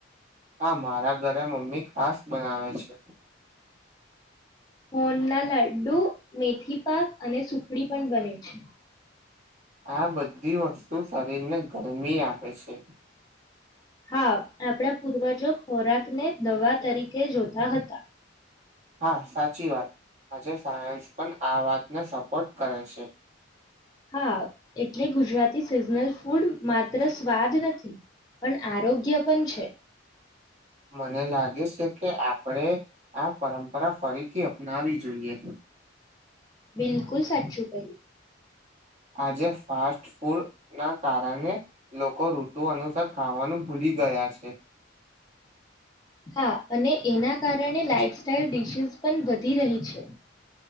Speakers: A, on the right; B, on the left.
A: હા, મારા ઘરે મમ્મી ખાસ બનાવે છે.
B: હોન, ના લાડ્ડુ મેથી પાક અને સુખડી પણ બને છે.
A: આ બધી વસ્તુ શરીરને ગરમી, આપે છે.
B: હાવ, આપણા પૂર્વજો ખોરાકને દવા તરીકે જોતા હતા.
A: હા, સાચી વાત આજે સાયન્સ, પણ આ વાતને સપોર્ટ કરે છે.
B: હા, એટલે ગુજરાતી સિઝનલ ફૂડ માત્ર સ્વાદ નથી, પણ આરોગ્ય પણ છે.
A: મને લાગે છે, કે આપ આપણે, આ પરંપરા ફરીથી અપનાવી જોઈએ
B: બિલકુલ સાચ પયું.
A: આજે ફાસ્ટ ફૂડના, કારણે લોકો ઋતુ અનુસાર ખાવાનું ભૂલી ગયા છે.
B: હા, અને એના કારણે લાાઈફસ્ટાાઈલ ડિશિઝ પણ વધી રહી છે.